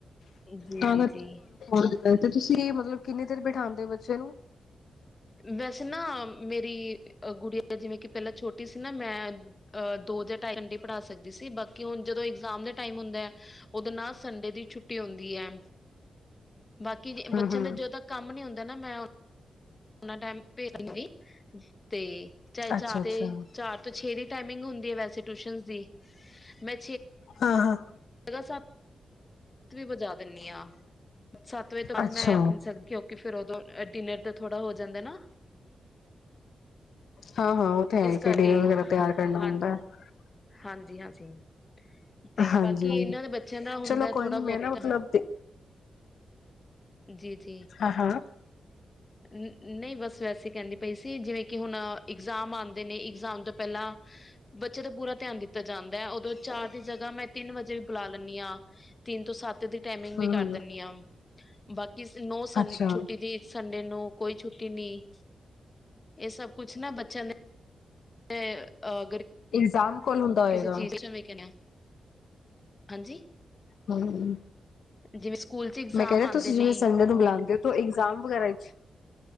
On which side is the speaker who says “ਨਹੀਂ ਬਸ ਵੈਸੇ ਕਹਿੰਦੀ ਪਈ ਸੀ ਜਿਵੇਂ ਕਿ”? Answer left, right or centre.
Left